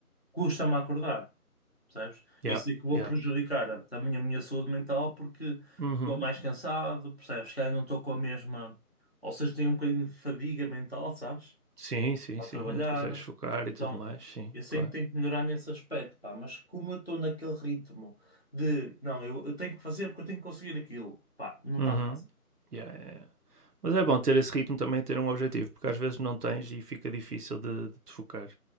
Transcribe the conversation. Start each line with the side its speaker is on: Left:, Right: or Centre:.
Left: custa-me a acordar, percebes?
Right: Yeah,
Left: Isso é que vou
Right: yeah.
Left: prejudicar também a minha saúde mental porque
Right: Uhum.
Left: estou mais cansado, percebes? Se calhar não estou com a mesma, ou seja, tenho um bocadinho de fadiga mental, sabes?
Right: Sim, sim,
Left: Ao
Right: sim.
Left: trabalhar.
Right: Não te consegues focar
Left: Então,
Right: e tudo mais, sim,
Left: eu sei
Right: claro.
Left: que tenho que melhorar nesse aspecto, pá, mas como eu estou naquele ritmo de, não, eu, eu tenho que fazer porque eu tenho que conseguir aquilo, pá, não
Right: Uhum.
Left: está fácil.
Right: Yeah, yeah, yeah. Mas é bom ter esse ritmo também, ter um objetivo, porque às vezes não tens e fica difícil de, de te focar.